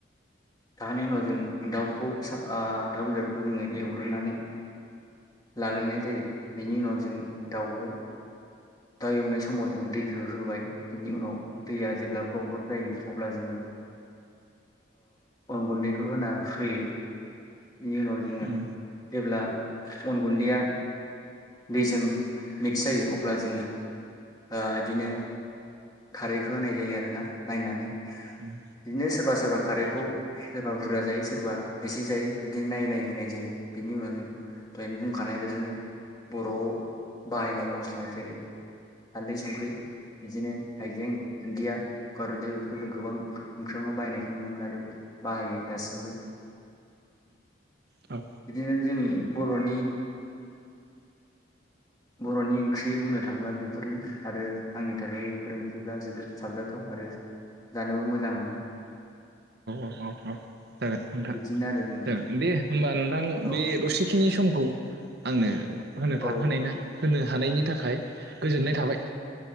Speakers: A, on the left; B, on the right.
A: उनाव जों दाउखौ दाउ बेदरखौ जोङो एवग्रोनानै लाग्रोनाय जायो बिनि उनाव जों दाउ दाउ एवनाय समाव जोङो दैखौ होबाय बिनि उनाव दैया जेब्ला ग्लब ग्लब जायो अब्ला जोङो अन गुन्दैखौ होना होयो बेनि उनाव जोङो
B: उम
A: जेब्ला अन गुन्दैया दैजों मिक्स जायो अब्ला जोङो ओ इदिनो खारैखौ होनाय जायो आरो ना नायनानै बिदिनो
B: उम
A: सोरबा सोरबा खारैखौ
B: औ उम औ
A: सोरबा बुरजा जायो सोरबा एसे जायो बिदि नायै नाय होनाय जायो बिनि उनाव जों दहानो बुंखानाय बाददिनो बर'आव बाहायनाय मस्ला जेरै हालदै संख्रि बिदिनो हाइजें दुन्दिया गंगार दुन्दिया बेफोरखौ जों गोबां ओंख्रियावनो बाहायनायखौ नुनो मोनो आरो बाहायो दासिमबो
B: औ
A: बिदिनो जों बर'नि बर'नि ओंख्रि बुंनो थाङोब्ला बेफोरनो आरो आंनि थाखाय बेफोर ओंख्रिफ्रा जोबोद साबजाथाव आरो जानोबो मोजां मोनो
B: औ औ औ जागोन नोंथां
A: बिदिनो आरो नोंथां
B: जागोन दे होमबा नोंथां
A: औ
B: बे दसेखिनि समखौ आंनो होनो <unintelligible>
A: औ
B: होनायना होनो हानायनि थाखाय गोजोननाय थाबाय